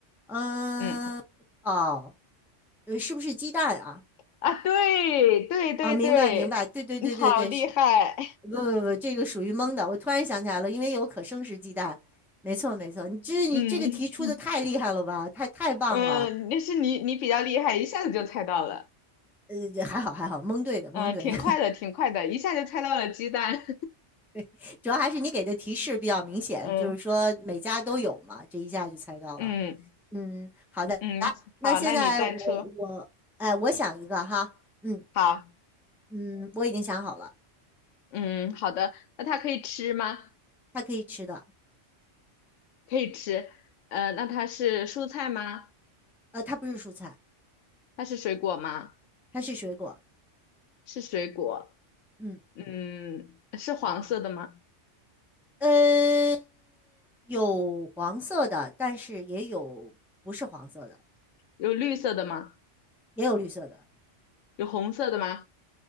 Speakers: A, in the centre; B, on the left.
A: 嗯、
B: 嗯
A: 哦，呃，是不是鸡蛋啊？
B: 啊，对对对对，
A: 啊，明白明白，对对对对对，
B: 你好厉害，
A: 是不不不，这个属于蒙的。我突然想起来了，因为有可生食鸡蛋。没错没错，你这你这个题出的太厉害了吧，
B: <laughs> 嗯
A: 太太棒了。
B: 嗯，那是你你比较厉害，一下子就猜到了，
A: 呃，还好还好，蒙对的蒙对的，
B: 嗯，挺快的，挺快的，一下就猜到了鸡蛋，
A: <laughs> 主要还是你给的提示比较明显，
B: <laughs> 嗯
A: 就是说每家都有嘛，这一下就猜到了。
B: 嗯
A: 嗯，好的，
B: 嗯，
A: 来，那现在我我哎，
B: 好，那你再出，
A: 我想一个哈，嗯
B: 好。
A: 嗯，我已经想好了，
B: 嗯，好的。那它可以吃吗？
A: 它可以吃的，
B: 可以吃。呃，那它是蔬菜吗？
A: 呃，它不是蔬菜，
B: 它是水果吗？
A: 它是水果。
B: 是水果。
A: 嗯。
B: 嗯，是黄色的吗？
A: 呃，有黄色的，但是也有不是黄色的，
B: 有绿色的吗？
A: 也有绿色的。
B: 有红色的吗？